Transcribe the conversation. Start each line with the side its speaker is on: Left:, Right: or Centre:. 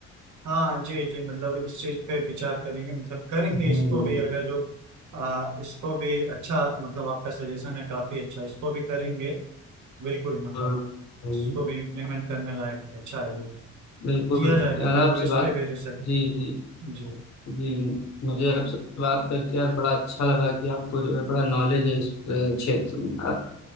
Right: हाँ जी जी मतलब इस चीज पे विचार करेंगे मतलब करेंगे
Left: हम्म
Right: इसको भी अगर जो आ, इसको भी अच्छा मतलब आपका सजेशन है काफी अच्छा इसको भी करेंगे बिल्कुल मतलब
Left: हाँ, हाँ,
Right: इसको भी इम्प्लीमेंट करने लायक है, अच्छा है ये।
Left: बिल्कुल
Right: किया जाएगा
Left: यार
Right: बिल्कुल
Left: आपसे
Right: इस
Left: बात
Right: पे भी रिसर्च
Left: जी जी
Right: जी हम्म
Left: जी मुझे आपसे बात करके यार बड़ा अच्छा लगा कि आपको जो है बड़ा नॉलेज है इस अ, क्षेत्र में आ-